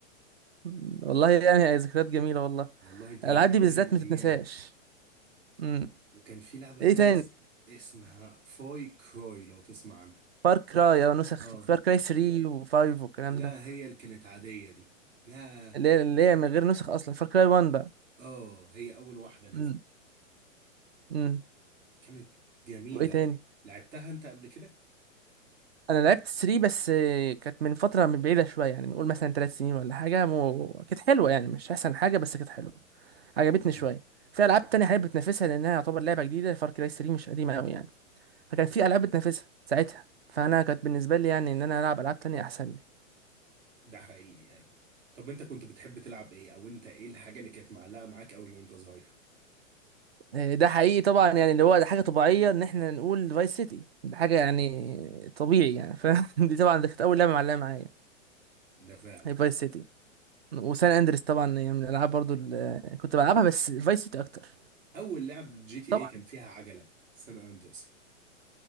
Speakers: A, on the right; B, on the right.
A: مم. والله يعني هي ذكريات جميلة والله
B: والله انت
A: الالعاب
B: رجعتني
A: دي بالذات
B: للايام
A: ما تتنساش امم
B: وكان في لعبه
A: ايه
B: تانية
A: تاني
B: اس- اسمها فاي كروي لو تسمع عنها
A: فار كراي اه نسخ
B: اه
A: فار كراي 3 و5 والكلام
B: لا
A: ده
B: هي اللي كانت عاديه دي يا
A: اللي هي اللي هي من غير نسخ اصلا فار كراي 1 بقى
B: اه هي اول واحده نزلت
A: امم امم
B: كانت جميله
A: وايه تاني
B: لعبتها انت قبل كده
A: انا لعبت 3 بس آه، كانت من فتره من بعيده شويه يعني نقول مثلا 3 سنين ولا حاجه مو... كانت حلوه يعني مش احسن حاجه بس كانت حلوه عجبتني
B: مم.
A: شويه في العاب تانية حابب بتنافسها لانها يعتبر لعبه جديده فار كراي 3 مش قديمه قوي يعني فكان في العاب بتنافسها ساعتها فانا كانت بالنسبه لي يعني ان انا العب العاب تانية احسن لي
B: ده حقيقي يعني طب انت كنت بتحب تلعب ايه او انت ايه الحاجه اللي كانت معلقه معاك قوي وانت صغير
A: آه، ده حقيقي طبعا يعني اللي هو ده حاجه طبيعيه ان احنا نقول فايس سيتي ده حاجه يعني طبيعي يعني فدي <laughs> طبعا دي كانت اول لعبه معلقه معايا
B: ده فعلا
A: هي فايس سيتي وسان اندريس طبعا هي من الالعاب برضو اللي كنت بلعبها بس فايس سيتي اكتر
B: اول لعب جي تي
A: طبعا
B: ايه كان فيها عجله سان اندرس